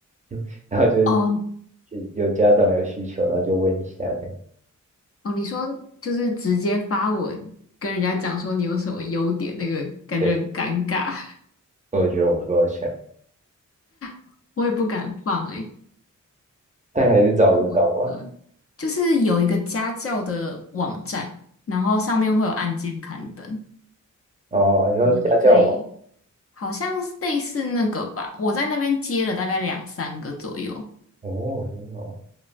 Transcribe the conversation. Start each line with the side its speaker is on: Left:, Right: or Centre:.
Right: <laughs> 然后就是
Left: 哦
Right: 有家长有需求，然后就问一下呗。
Left: 哦，你说就是直接发文跟人家讲说你有什么优点，那个感觉很尴尬，
Right: 对，我觉得我不够强，
Left: <laughs> 我也不敢放诶、
Right: 但还是找得到啊。
Left: <laughs> 嗯，就是有一个家教的网站，然后上面会有案件刊登，
Right: 哦，你说家教网，
Left: 然后你可以好像是类似那个吧，我在那边接了大概两三个左右。
Right: 哦，真的哦